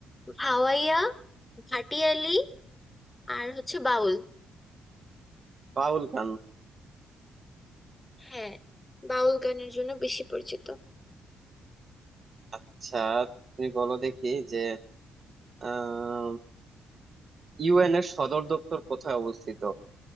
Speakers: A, on the left; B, on the right.
A: ভাওয়াইয়া হাটিয়ালি আর হচ্ছে বাউল
B: বাউল গান
A: হ্যাঁ বাউল গানের জন্য বেশি পরিচিত
B: আচ্ছা তুমি বলো দেখি যে আহ ইউএন এর সদর দপ্তর কোথায় অবস্থিত